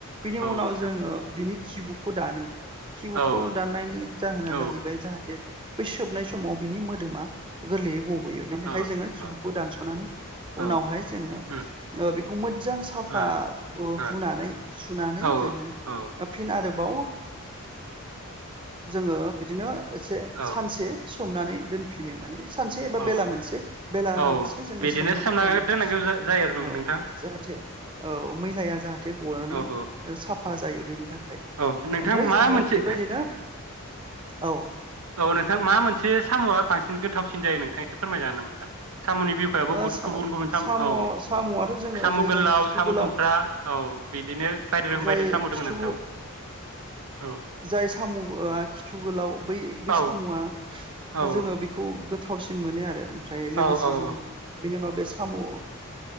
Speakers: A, on the right; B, on the right.
A: बिनि
B: औ
A: उनाव
B: नोंथां
A: जोङो बिनि खिबुखौ दानो। खिबुखौ
B: औ
A: दानायनि जाहोना
B: औ
A: जाहैबाय जाहाथे बे सोबनाय समाव बिनि मोदोमा गोरलैयै गयो बेनि
B: औ
A: थाखाय जोङो खिबुखौ
B: औ
A: दानसनानै
B: औ
A: उनावहाय जोङो
B: उम
A: ओ बे खौ मोद जां साफा
B: ओ
A: ओ
B: औ
A: हुनानै सुनानै
B: ओ
A: जोङो
B: औ
A: फिन आरो बाव ओ जोङो बिदिनो एसे
B: औ
A: सानसे सोमनानै दोनफिनो माने सानसे एबा
B: औ
A: बेला मोनसे बेला
B: औ
A: मोनसे जोङो
B: बिदिनो
A: सोमनानै
B: सोमना
A: दोनो।
B: दोननांगौ जा- जायो आरो
A: औ
B: नोंथां
A: जाहाथे औ मैलाया जाहाथे गनानै
B: औ
A: ओ
B: औ
A: साफा जायो बेनि थाखा य।
B: औ नोंथां
A: ओमफ्राय
B: मा
A: जोङो
B: मोनसे
A: बेबायदिनो औ।
B: औ नोंथां मा मोनसे साम'आ बांसिन खोन्थावसिन जायो नोंथांङा फोरमायजागोन ना नोंथां? साम'नि बिखयाबो
A: ओ
B: बुहुत
A: सा
B: गुबुन गुबुन
A: साम'
B: औ
A: साम'आथ' जोङो
B: साम'
A: जाय
B: गोलाव
A: जाय खिथु
B: साम'
A: गोलाव
B: थुमफ्रा औ बिदिनो बायदि रोखोम
A: जाय
B: बायदि साम' दोङो
A: खिथु
B: नोंथां औ
A: जाय साम'या खिथु गोलाव बै बै
B: औ
A: सामया
B: औ
A: जोङो बेखौ गोथां थावसिन मोनो आरो ओमफ्राय लोगोसे
B: औ औ
A: जोङो बिनि उनाव बे साम' ओ